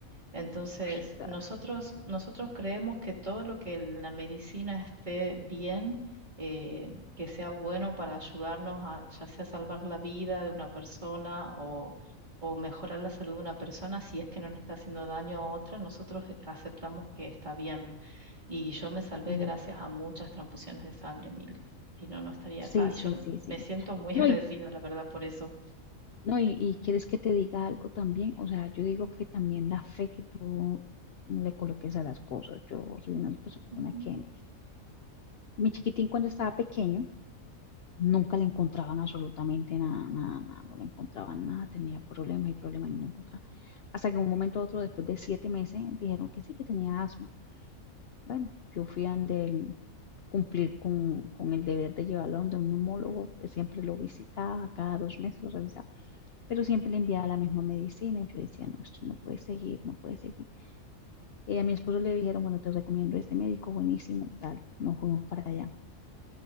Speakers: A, on the right (about 35°); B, on the left (about 60°).
A: Entonces,
B: Uy, claro.
A: nosotros, nosotros creemos que todo lo que la medicina esté bien, eh, que sea bueno para ayudarnos a ya sea salvar la vida de una persona o, o mejorar la salud de una persona, si es que no le está haciendo daño a otra, nosotros aceptamos que está bien. Y yo me salvé
B: Sí,
A: gracias a muchas transfusiones de sangre, Mile. Si no, no estaría
B: Sí,
A: acá.
B: sí,
A: Y yo
B: sí, sí.
A: me siento muy
B: No,
A: <laughs> agradecida,
B: y,
A: la verdad, por eso.
B: no, y, y quieres que te diga algo también. O sea, yo digo que también la fe que tú le coloques a las cosas. Yo soy una persona
A: Ujú.
B: que, mi chiquitín cuando estaba pequeño, nunca le encontraban absolutamente nada, nada, nada, no le encontraban nada, tenía problemas y problemas y no lo encontraban. Hasta que un momento u otro, después de siete meses, dijeron que sí, que tenía asma. Bueno, yo fui a donde él cumplir con, con el deber de llevarlo donde un neumólogo, pues siempre lo visitaba, cada dos meses lo revisaba pero siempre le enviaba la misma medicina. Y yo decía, no, esto no puede seguir, no puede seguir. Eh, a mi esposo le dijeron, bueno, te recomiendo este médico, buenísimo, tal. Nos fuimos para allá.